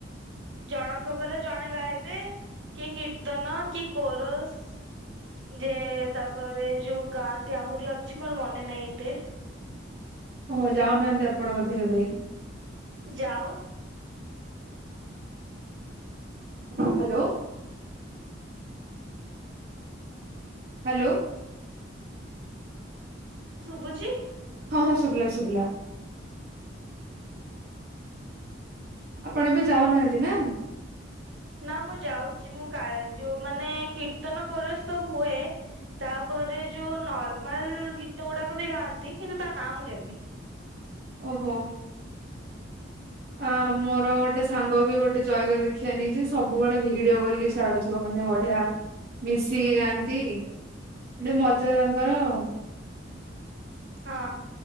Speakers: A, on the right (about 80°); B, on the right (about 55°).
A: ଜଣଙ୍କ ପରେ ଜଣେ ଗାଇବେ କି କୀର୍ତ୍ତନ କି କୋରସ ଯେ ତାପରେ ଯୋଉ ଗାନ୍ତି ଆହୁରି ଅଛି ମୋର ମନେ ନାହିଁ ଏତେ
B: ଓହ ଯାଉନାହାନ୍ତି ଆପଣ ବୋଧେ ଏବେ
A: ଯାଉ
B: ହ୍ୟାଲୋ ହ୍ୟାଲୋ
A: ଶୁଭୁଚି
B: ହଁ ହଁ ଶୁଭଲା ଶୁଭଲା ଆପଣ ବି ଯାଉନାହାନ୍ତି ନା
A: ନା ମୁଁ ଯାଉଛି ମୁଁ ଯୋଉ ମାନେ କୀର୍ତ୍ତନ କରରେ ତ ହୁଏ ତାପରେ ଯୋଉ ନର୍ମାଲ ଗୀତ ଗୁଡାକ ବି ଗାଆନ୍ତି କିନ୍ତୁ ତା ନାଁ ମୁଁ ଜାଣିନି।
B: ଓହୋ ଆ ମୋର ଗୋଟେ ସାଙ୍ଗ ବି ଗୋଟେ ଜୟ ଗୁରୁ ଦୀକ୍ଷା ନେଇଛି ସବୁବେଳେ ଭିଡିଓ କରିକି ଛାଡୁଥିବ ମାନେ ବଢିଆ ମିଶିକି ଗାଆନ୍ତି ଗୋଟେ ମଜା ତାଙ୍କର ଆଉ
A: ହଁ